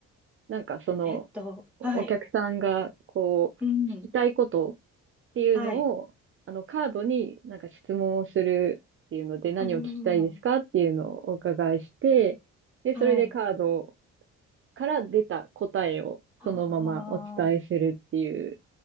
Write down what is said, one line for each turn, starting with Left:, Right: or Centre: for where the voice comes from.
Right: なんかそのお客さんがこう聞きたいこと
Centre: えっと、はい。うん。
Right: っていうのをあのカードになんか質問をするっていうので何を聞きたいですかっていうのをお伺いして、
Centre: はい。うん。
Right: で、
Centre: はい。
Right: それでカードから出た答えをそのままお伝えするっていう。
Centre: ああ、